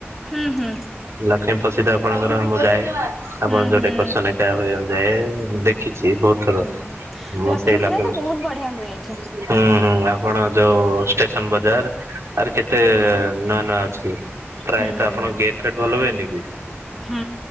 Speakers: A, in the centre; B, on the right.
A: ହୁଁ ହୁଁ।
B: ଲକ୍ଷ୍ମୀ ପ୍ରସିଦ୍ଧ ଆପଣଙ୍କର ମୁଁ ଯାଏ ଆପଣ
A: ହୁଁ
B: ଯୋଉ
A: ହୁଁ
B: ଡେକର୍ସନ ନଟା ହୁଏ ମୁଁ ଯାଏ ଦେଖ ଖିଚି ଭ
A: ହୁଁ।
B: ମୁଁ
A: ଲକ୍ଷ୍ମୀ
B: ସେଇ ଲଖ
A: ପୂଜା ତ
B: ହୁଁ
A: ବହୁତ ବଢିଆ ହୁଏ ଏଠି
B: ହୁଁ ଆପଣ ଯୋଉ ଷ୍ଟେସନ ବଜାର। ଆର କେତେ ନୂଆ ନୂଆ ଅଛି ପ୍ରାୟତଃ
A: ହୁଁ।
B: ଆପଣଙ୍କ ଗେଟ ଫେଟ୍ ଭଲ ହୁଏନି କି।
A: ହୁଁ